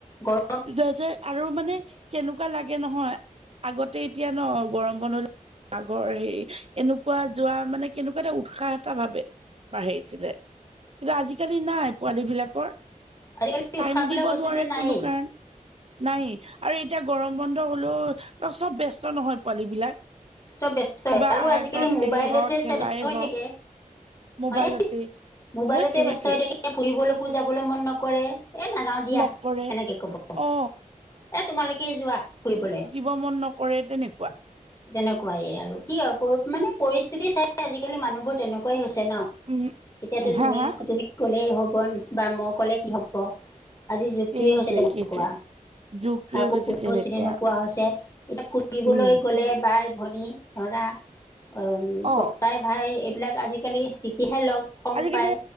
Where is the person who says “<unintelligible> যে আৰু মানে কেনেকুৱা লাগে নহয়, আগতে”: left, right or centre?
Right